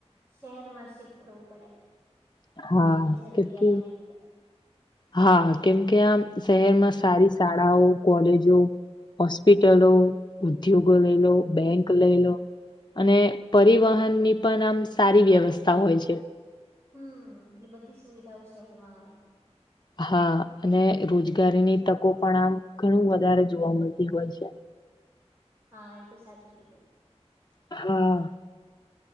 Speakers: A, on the right (about 25°); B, on the left (about 40°).
A: શહેરમાં શિફ્ટ થવું પડે
B: હા.
A: આ બધી જરૂરિયાતોને
B: કેમ કે
A: લીધે
B: હા કેમ કે આમ શહેરમાં સારી શાળાઓ કોલેજો હોસ્પિટલો ઉદ્યોગો લઈ લો બેંક લઈ લો અને પરિવહનની પન આમ સારી વ્યવસ્થા હોય છે
A: હમ એટલે બધી સુવિધાઓ શહેરમાં હોય
B: હા અને રોજગારીની તકો પણ આમ ઘણું વધારે જોવા મળતી હોય છે
A: હા એ સાચું તો
B: હા